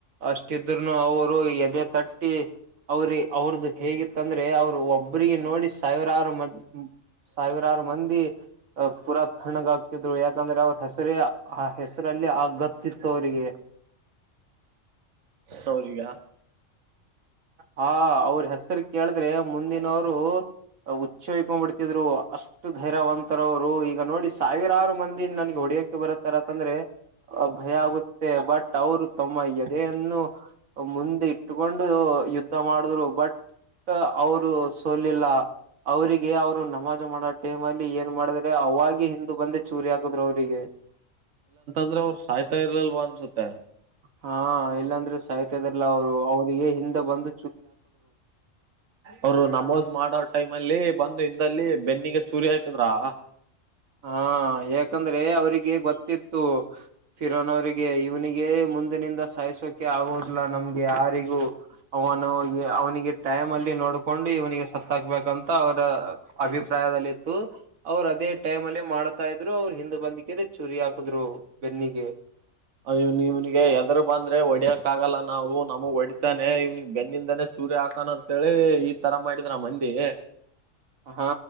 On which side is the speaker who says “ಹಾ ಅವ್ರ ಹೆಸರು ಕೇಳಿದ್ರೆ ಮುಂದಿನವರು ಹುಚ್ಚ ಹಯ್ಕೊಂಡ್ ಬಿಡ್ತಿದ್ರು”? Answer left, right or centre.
Right